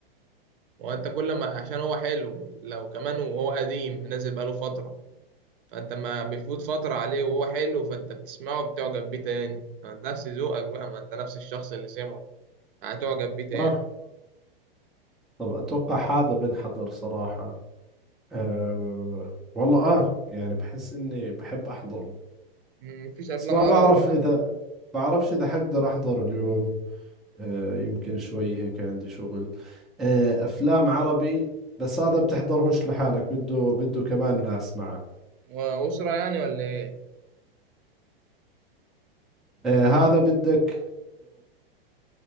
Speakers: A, on the right (about 65°); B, in the centre.
A: هو انت كل ما عشان هو حلو لو كمان وهو قديم نازل بقاله فترة فانت ما بيفوت فترة عليه وهو حلو فانت بتسمعه بتعجب بيه تاني نفس ذوقك بقى ما انت نفس الشخص اللي سمعه هتعجب بيه تاني
B: صح طب أتوقع هذا بنحضر صراحة أه والله آه يعني بحس إني بحب أحضره
A: مم، مفيش افلام
B: بس ما
A: عربي
B: بعرف
A: بقى
B: إذا بعرفش إذا حقدر أحضره اليوم أه يمكن شوي هيك عندي شغل أه أفلام عربي بس هذا بتحضرهوش لحالك بده بده كمان ناس معه
A: وأسرة يعني ولا ايه
B: آه هذا بدك